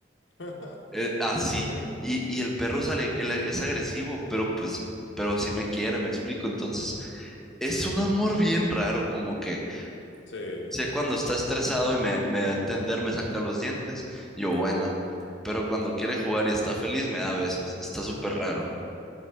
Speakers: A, on the left (about 80°); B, in the centre.
A: <laughs>
B: Eh,
A: Súper
B: así.
A: bien.
B: Y, y el perro sale, él es agresivo, pero pues, pero sí me quiere, me explico. Entonces, es un amor bien raro, como que
A: Sí.
B: sé cuando está estresado y me, me da a entender, me saca los dientes, yo bueno, pero cuando quiere jugar y está feliz, me da besos. Está súper raro.